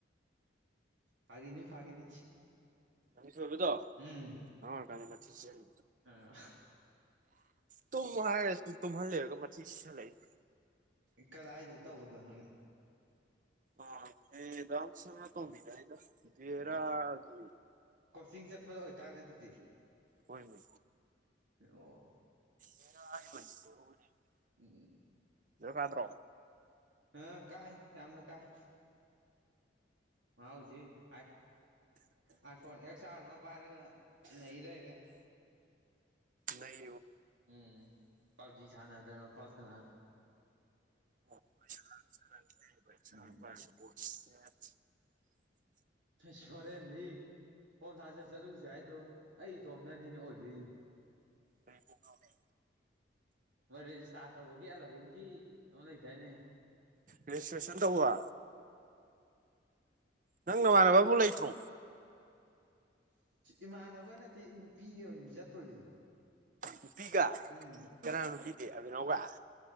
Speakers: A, on the right; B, on the right.
A: ꯐꯥꯒꯤꯅꯤ ꯐꯥꯒꯤꯅꯤ
B: ꯃꯊꯣꯏꯕꯗꯣ
A: ꯎꯝ
B: ꯑꯉꯥꯡ ꯑꯣꯢꯔꯤꯀꯥꯟꯗ ꯃꯊꯤ ꯆꯤꯠꯂꯤꯅꯦ
A: ꯑ
B: ꯇꯨꯝꯃꯣ ꯍꯥꯏꯔꯒ ꯇꯨꯝꯍꯟꯂꯦꯔꯒ ꯃꯊꯤ ꯆꯤꯠꯁꯜꯂꯛꯏꯅꯦ
A: ꯀꯗꯥꯏꯗ ꯇꯧꯕꯗꯅꯣꯅꯦ
B: ꯑ ꯃꯦꯗꯥꯝ ꯁꯅꯥꯇꯣꯝꯕꯤꯗꯅꯤꯗ ꯚꯦꯔꯥꯗꯤ
A: ꯑꯣ ꯀꯣꯆꯤꯡ ꯆꯠꯄꯗ ꯑꯣꯏꯇꯥꯔꯦ ꯑꯗꯨꯗꯤ
B: ꯍꯣꯏꯅꯦ
A: ꯑꯣ
B: <unintelligible>
A: ꯎꯝ
B: ꯅꯦꯠꯋꯥꯛ ꯀꯥꯗ꯭ꯔꯣ
A: ꯑ ꯀꯥꯏ ꯌꯥꯝꯅ ꯀꯥꯏ ꯃꯥ ꯍꯧꯖꯤꯛ I iPhone X R ꯑꯃ ꯄꯥꯏꯔꯒ ꯅꯩ ꯂꯩꯔꯦ
B: ꯅꯩ
A: ꯎꯝ ꯄꯞꯖꯤ ꯁꯥꯅꯗꯅ ꯈꯣꯠꯇꯅ
B: <unintelligible>
A: ꯎꯝ ꯑꯁ ꯍꯣꯔꯦꯟꯗꯤ ꯐꯣꯝ ꯊꯥꯖꯟ ꯆꯠꯂꯨꯁꯦ ꯍꯥꯏꯗꯣ ꯑꯩ ꯏꯇꯣꯝꯗꯅꯤꯅꯦ ꯑꯣꯏꯗꯣꯏꯁꯦ
B: ꯑꯩ ꯀꯣꯛ ꯉꯥꯎꯔꯦ
A: ꯃꯣꯏ ꯔꯦꯖꯤꯁꯇꯥꯔ ꯇꯧꯕꯒꯤ ꯑꯦꯂꯚꯦꯟꯒꯤ ꯑꯃ ꯂꯩꯗꯥꯢꯅꯦ
B: ꯔꯦꯖꯤꯁꯇ꯭ꯔꯦꯁꯟ ꯇꯧꯕ ꯅꯪ ꯅꯃꯥꯟꯅꯕ ꯑꯝꯕꯨꯛ ꯂꯩꯇ꯭ꯔꯣ
A: ꯏꯃꯥꯟꯅꯕꯒ ꯅꯠꯇꯦ ꯅꯨꯄꯤꯒ ꯑꯣꯏꯅꯅꯦ ꯆꯠꯇꯣꯔꯤ
B: ꯅꯨꯄꯤꯒ
A: ꯎꯝ
B: ꯀꯅꯥ ꯅꯨꯄꯤꯗꯤ ꯑꯕꯦꯅꯥꯎꯒ